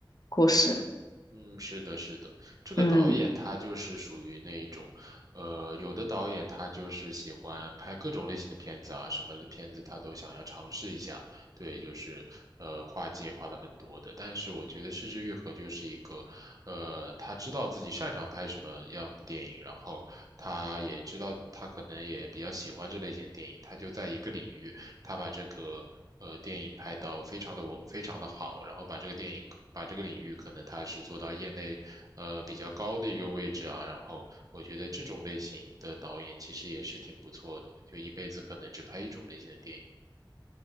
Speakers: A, on the left; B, on the right.
A: 故事，
B: 嗯，是的，是的，这个导演他就是属于那一种，
A: 嗯。
B: 呃，有的导演他就是喜欢拍各种类型的片子啊，什么的片子他都想要尝试一下，对，就是呃跨界跨的很多的。但是我觉得《失之愈合》就是一个，呃，他知道自己擅长拍什么样的电影，然后他也知道他可能也比较喜欢这类型的电影，他就在一个领域。他把这个呃电影拍到非常的我非常的好，然后把这个电影把这个领域可能他是做到业内呃比较高的一个位置啊，然后我觉得这种类型的导演其实也是挺不错的，就一辈子可能只拍一种类型的电影。